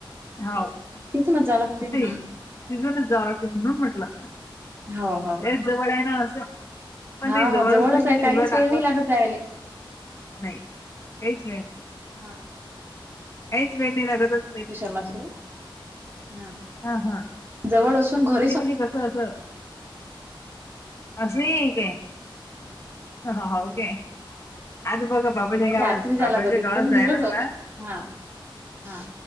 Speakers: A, on the left (about 35°); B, on the right (about 25°).
A: हा
B: तिथूनच जावं लागते हम्म
A: त तिजून जाला ते म्हणून म्हटलं
B: हो हो
A: लयच जवळ आहे ना असं पण
B: हा
A: काही जवळ
B: हो जवळच
A: असलं
B: आहे
A: की
B: काहीच
A: उलट
B: वेळ
A: आपण
B: नाही लागत जायले.
A: नाही काहीच काहीच
B: हा
A: नाही निरागस बसलोय
B: शर् मात <unintelligible> हम्
A: हा हा
B: जवळ असून घर -.
A: ते म्हणजे कसं असं अस ही एकय हाव काय आता बघ बाबाच्या
B: म्हणजे
A: गावाात
B: आत नाही जायला
A: बाबाच्या
B: लागत एकदम
A: गावात
B: निवळ
A: जायला
B: जवळ
A: मला
B: हा हा